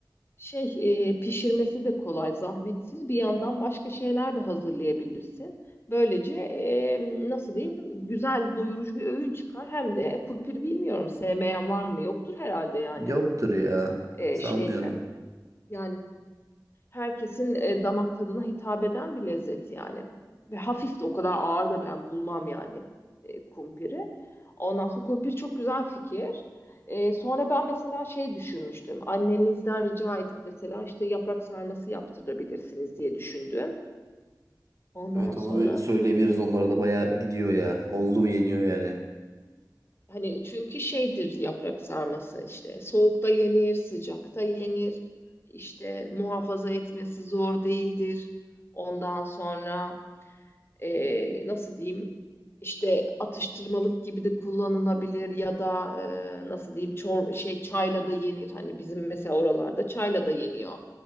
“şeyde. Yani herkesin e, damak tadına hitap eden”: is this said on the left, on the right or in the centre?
Left